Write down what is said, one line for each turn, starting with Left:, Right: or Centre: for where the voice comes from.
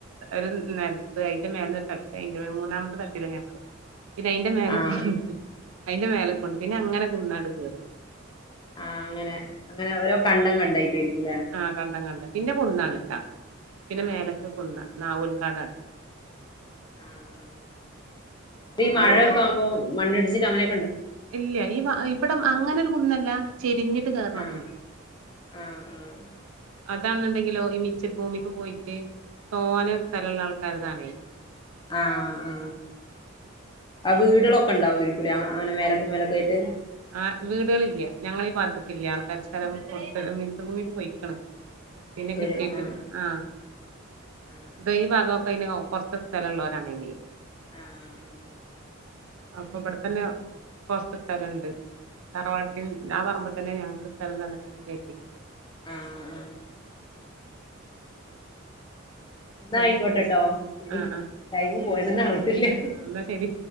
Right: ഒരു നരത്ത് അതിന്റെ മേല തട്ടി അതി മൂന്നാമത്തെ തട്ടില്ല ഞങ്ങൾ ഇത് അതിൻന്റെ മലെ
Left: ആഹ്
Right: കടു അതിന്റെ മേലെക്ക കൊണ്ട് പിന്നെ അങ്ങനെ നിന്നങ് <unintelligible>
Left: ആ അങ്ങനെ അങ്ങനെ ഓരോ കണ്ടം കണ്ടായിട്ടായിരിക്കും
Right: ആഹ് കണ്ട കണ്ട പിന്നെ കുന്നാണ് ആ
Left: ആഹ്
Right: പിന്നെ മേലൊക്കെ കുന്ന നാവുന് കാടാണ്
Left: ആ ആ അപ്പ ഈ
Right: നാവൂൽപ്പാട
Left: മഴയൊക്കെ ആവുമ്പോ മണ്ണിടിച്ചിൽ അങ്ങനെ
Right: ഇല്ല ഈ ഇവിടെ അങ്ങനെരു കുന്നല്ല ചെരിഞ്ഞിട്ട് കേറുന്ന
Left: ആഹ്
Right: കുന്നാ
Left: ആഹ് ആഹ്
Right: അതാണുണ്ടെങ്കിലോ ഈ മിച്ച ഭൂമിക്ക് പോയിട്ട് തോന സ്ഥലമുള്ള ആൾക്കാർതാണേ
Left: ആ ആഹ് ആ വീടുകളൊക്കെ ഉണ്ടാവുരിക്കൂല അങ്ങനെ മേലക്ക് മേലക്ക് ആയിട്ട്
Right: ആ വീടുകളില്ല ഞങ്ങൾ ഈ ഭാഗത്തക്കില്ല ആൾക്കാാര് സ്ഥലം കൊട്ത്ത് മീച്ചഭൂമിക്ക് പോയിക്കണ് പിന്നെ
Left: അത് ശരി
Right: കിട്ടീട്ട
Left: ആഹ്
Right: ആ
Left: ആഹ്
Right: ദ ഈ ഭാഗം ഓക്കേ <unintelligible> കുറച്ച സ്ഥല ഉള്ളവരാണ് ഇനി
Left: ആഹ് ആ
Right: അപ്പൊ ഇവിടെ തന്നെ കോർച് സ്ഥലണ്ട് തറവാടി <unintelligible> തന്ന ഞങ്ങക്ക് സ്ഥലം <unintelligible>
Left: ആഹ് ആഹ് എന്ന
Right: പിന്നെ
Left: ആയിക്കോട്ടെട്ടോ ശരി
Right: ആഹ് ആഹ്
Left: ടൈമ പോയന്നന്നെ അറിഞ്ഞില്ല
Right: ആഹ് എന്നാ ശരി